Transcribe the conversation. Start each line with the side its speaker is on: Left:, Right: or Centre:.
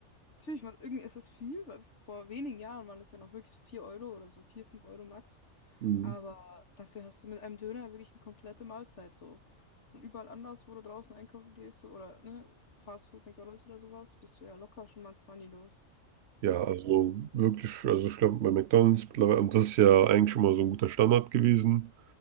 Left: natürlich, man, irgendwie ist es viel, weil vor wenigen Jahren waren es ja noch wirklich so 4 Euro oder so 4 5 Euro max.
Right: Mhm.
Left: Aber dafür hast du mit einem Döner wirklich eine komplette Mahlzeit so. Und überall anders, wo du draußen einkaufen gehst so, oder ne, Fast Food, McDonald's oder sowas, bist du ja locker schon mal 20 los.
Right: Ja,
Left: So,
Right: also wirklich, also ich glaube bei McDonald's mittlerweile, und das ist ja eigentlich schon mal so ein guter Standard gewesen,